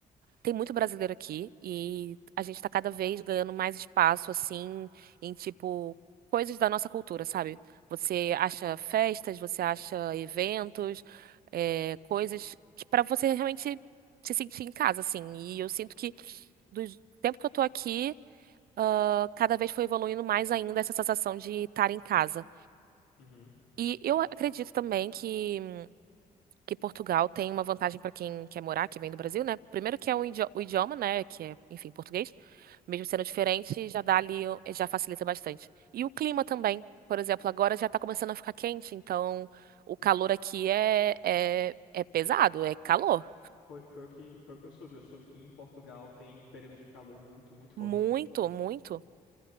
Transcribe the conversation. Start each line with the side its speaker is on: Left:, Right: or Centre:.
Right: Tem muito brasileiro aqui e a gente tá cada vez ganhando mais espaço, assim, em tipo coisas da nossa cultura, sabe? Você acha festas, você acha eventos, é, coisas que para você realmente se sentir em casa, assim. E eu sinto que do tempo que eu tô aqui, ah, cada vez foi evoluindo mais ainda essa sensação de estar em casa.
Left: Uhum.
Right: E eu acredito
Left: E
Right: também que que Portugal tem uma vantagem para quem quer morar, que vem do Brasil, né? Primeiro que é o idi- o idioma, né? Que é, enfim, português. Mesmo sendo diferente, já dá ali, já facilita bastante. E o clima também. Por exemplo, agora já tá começando a ficar quente, então o calor aqui é, é, é pesado, é calor.
Left: Foi, foi o que, foi o que eu soube. Eu soube que em Portugal tem períodos de calor muito, muito forte.
Right: Muito, muito.